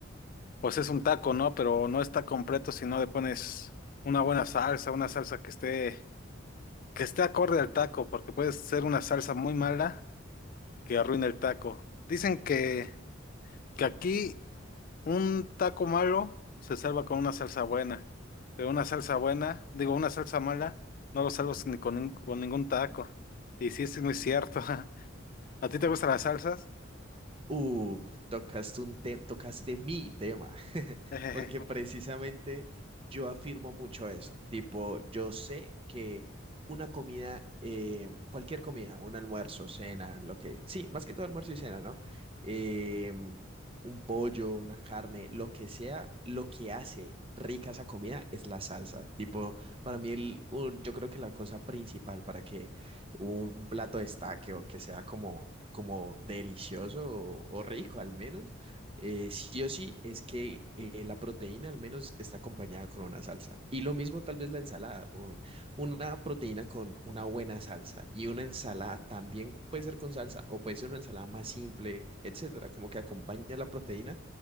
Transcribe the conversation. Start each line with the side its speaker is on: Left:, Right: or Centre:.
Left: Pues es un taco, ¿no? Pero no está completo si no le pones una buena salsa, una salsa que esté, que esté acorde al taco, porque puede ser una salsa muy mala que arruine el taco. Dicen que, que aquí un taco malo se salva con una salsa buena, pero una salsa buena, digo, una salsa mala, no lo salvas ni con, nin- con ningún taco. Y sí, sí es muy cierto. <laughs> ¿A ti te gustan las salsas?
Right: Uh, tocaste un te- tocaste mi tema, <laughs>
Left: <laughs>
Right: porque precisamente yo afirmo mucho eso. Tipo, yo sé que una comida, eh, cualquier comida, un almuerzo, cena, lo que, sí, más que todo almuerzo y cena, ¿no? Eh, un pollo, una carne, lo que sea, lo que hace rica esa comida es la salsa. Tipo, para mí, el, un- yo creo que la cosa principal para que un plato destaque o que sea como como delicioso o, o rico al menos, eh, sí o sí es que eh, la proteína al menos está acompañada con una salsa. Y lo mismo tal vez la ensalada, o una proteína con una buena salsa y una ensalada también puede ser con salsa o puede ser una ensalada más simple, etcétera, como que acompaña la proteína